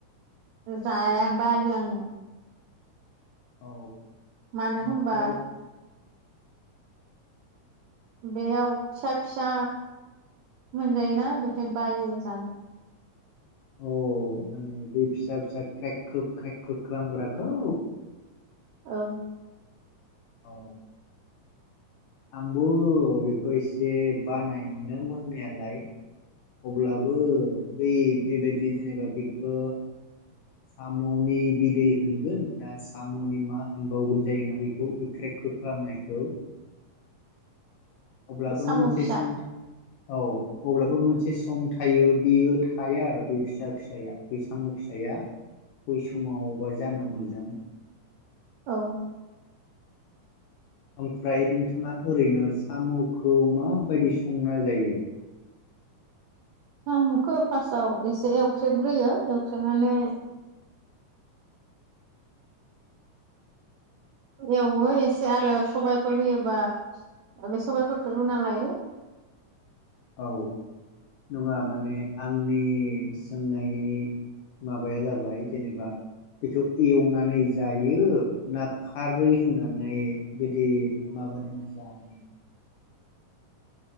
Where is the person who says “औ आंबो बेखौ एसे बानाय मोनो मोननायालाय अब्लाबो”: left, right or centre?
Left